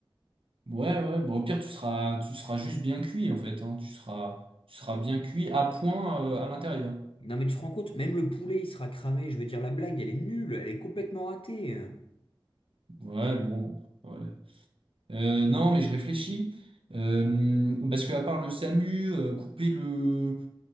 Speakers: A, on the right; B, on the left.
A: Ouais, ouais, bon, au pire, tu seras, tu seras juste bien cuit, en fait, hein. Tu seras, tu seras bien cuit à point, euh, à l'intérieur.
B: Non, mais tu te rends compte, même le poulet, il sera cramé. Je veux dire, la blague, elle est nulle, elle est complètement ratée. hein.
A: Ouais, bon, ouais. Euh, non, mais je réfléchis, Euh, parce que à part le SAMU, euh, couper le,